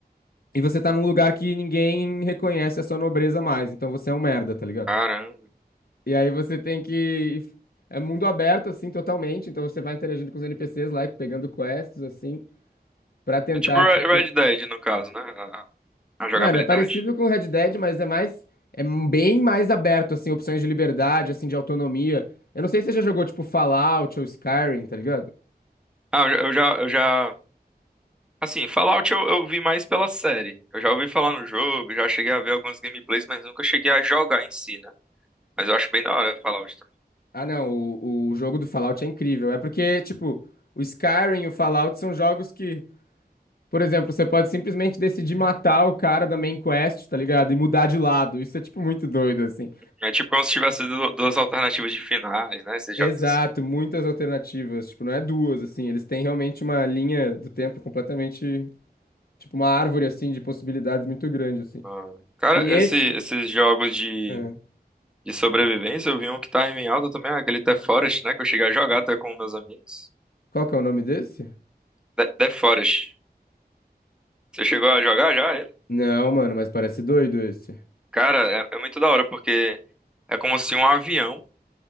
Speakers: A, on the left; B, in the centre.
A: e você tá num lugar que ninguém reconhece a sua nobreza mais, então você é um merda, tá ligado?
B: Caramba.
A: E aí você tem que... É mundo aberto, assim, totalmente, então você vai interagindo com os NPCs lá, e pegando quests, assim, pra tentar,
B: É tipo Re-
A: tipo...
B: Red Dead, no caso, né? A, a jogabilidade.
A: Mano, é parecido com Red Dead, mas é mais, é bem mais aberto, assim, opções de liberdade, assim, de autonomia. Eu não sei se você já jogou, tipo, Fallout ou Skyrim, tá ligado?
B: Ah, eu já, eu já. eu já- Assim, Fallout eu, eu vi mais pela série. Eu já ouvi falar no jogo, já cheguei a ver alguns gameplays, mas nunca cheguei a jogar em si, né? Mas eu acho bem da hora Fallout. tá?
A: Ah, não, o, o jogo do Fallout é incrível. É porque, tipo, o Skyrim e o Fallout são jogos que, por exemplo, você pode simplesmente decidir matar o cara da main quest, tá ligado? E mudar de lado. Isso é, tipo, muito doido, assim.
B: É tipo como se tivesse du- duas alternativas de finais, né? Esses
A: Exato,
B: jogos assim.
A: muitas alternativas. Tipo, não é duas, assim. Eles têm realmente uma linha do tempo completamente. Tipo, uma árvore, assim, de possibilidades muito grande, assim.
B: Ah, Cara,
A: E esse.
B: esse- esses jogos de,
A: É.
B: de sobrevivência, eu vi um que tá em alta também, ah, aquele The Forest, né? Que eu cheguei a jogar até com meus amigos.
A: Qual que é o nome desse?
B: The, The Forest. Você chegou a jogar já? ele?
A: Não, mano, mas parece doido esse.
B: Cara, é, é muito da hora, porque é como se um avião